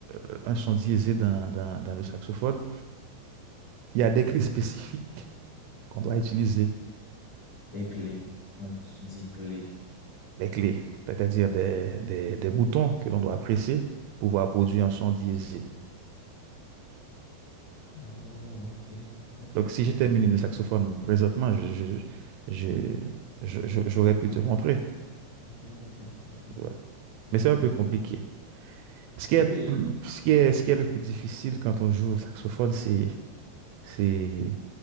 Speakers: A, on the right; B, on the left.
A: le- un son diésé dans, dans, dans le saxophone, il y a des clés spécifiques qu'on doit utiliser,
B: tes clés. Quand tu dis clé.
A: des clés, c'est-à-dire des, des, des boutons que l'on doit presser pour pouvoir produire un son diésé.
B: Oh, ok. Ok.
A: Donc, si j'étais muni de saxophone présentement, je, je- je- je- je- j'aurais pu te montrer.
B: Ok, ok, ok.
A: tu vois.
B: Je
A: Mais c'est
B: vois.
A: un peu compliqué. Ce qui
B: Oui,
A: est, plus- ce qui est, ce qui est le plus difficile quand on joue au saxophone, c'est, c'est